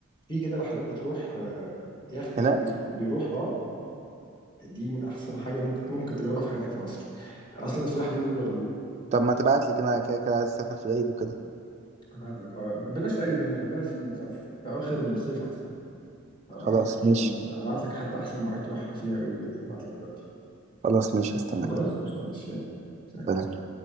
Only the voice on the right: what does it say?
هناك
طب ما تبعت لي كده أنا كده كده عايز أسافر في العيد وكده
خلاص
ماشي
خلاص ماشي هستناك
سلام.